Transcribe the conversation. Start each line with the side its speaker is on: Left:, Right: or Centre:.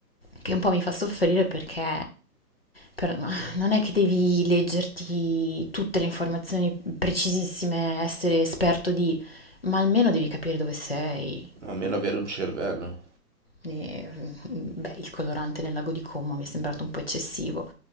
Left: che un po' mi fa soffrire perché per- non è che devi leggerti tutte le informazioni precisissime, essere esperto di, ma almeno devi capire dove sei.
Right: a meno avere un cervello.
Left: E, beh, il colorante nel lago di Como mi è sembrato un po' eccessivo.